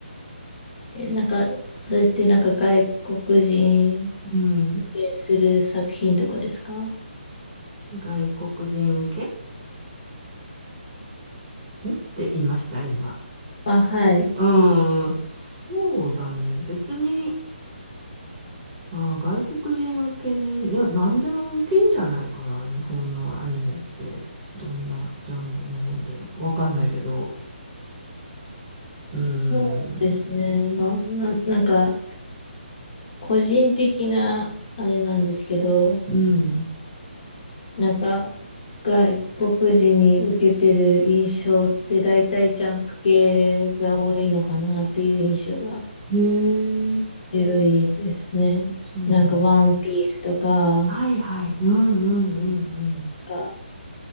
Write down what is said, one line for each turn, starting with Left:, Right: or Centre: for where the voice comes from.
Left: え、なんか、それってなんか外国人
Right: うん。
Left: をする作品とかですか
Right: 外国人受けんって言いました、今。
Left: あ、はい。
Right: うーん、そうだね。別に、あー、外国人受けね。いや、何でも受けんじゃないかな、日本のアニメって。どんなジャンルのもんでも。わかんないけど。
Left: そうですね。
Right: うーん。
Left: まあ、な、なんか、個人的な、あれなんですけど、
Right: うん。
Left: なんか、外国人に受けてる印象って、大体ジャンプ系が多いのかなっていう印象が
Right: へえ、
Left: 強いですね。
Right: そうなの。
Left: なんか、ワンピースとか、
Right: はいはい。うんうんうん
Left: あ